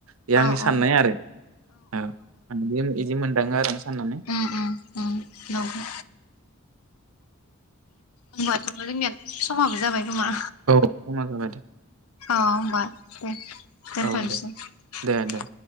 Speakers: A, on the right; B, on the left.
A: बे
B: औ
A: आंनि साननाय
B: औ
A: आरो औ आं बिदि मोनदाङो आरो आं साननानै
B: उम उम उम नंगौ होनबाथ' जोंनिया समाबो जाबाय खोमा?
A: औ समा जाबाय दे।
B: अ होमबा दे
A: औ
B: <unintelligible>
A: दे दे दे